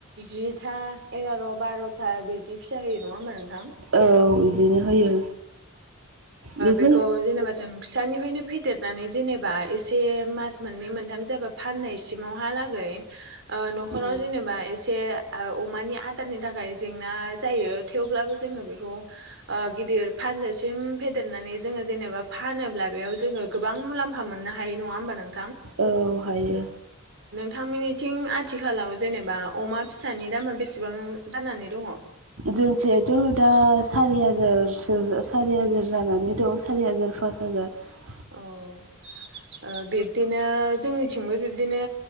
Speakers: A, on the right; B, on the right.
A: जिथा एगार बारथा बिदि फिसा होयो नङा होनबा नोंथां?
B: औ बिदिनो होयो बेफोर
A: बेखौ जेनेबा जों फिसानिफ्रायनो फेदेरनानै जेनेबा एसे मास मोननै मोनथाम जाबा फाननायसिमावहालागै ओ नखराव
B: उम
A: जेनेबा एसे अमानि आदारनि थाखाय जेंना जायो थेवब्लाबो जोङो बेखौ गिदिर फा हानजासिम फेदेरनानै जोङो जेनेबा फानोब्ला बेयाव जोङो गोबां मुलाम्फा मोननो हायो नङा होमबा नों
B: औ हायो
A: थां मिनिथिं आथिखालाव जेनेबा अमा फिसानि दामा बेसेबां जानानै दङ
B: जोंसेयाथ दा सारि हाजारसो सारि हाजार जानानै दं सारि हाजार पास हाजार।
A: औ ओ बिब्दिनो जोंनिथिंबो बिब्दिनो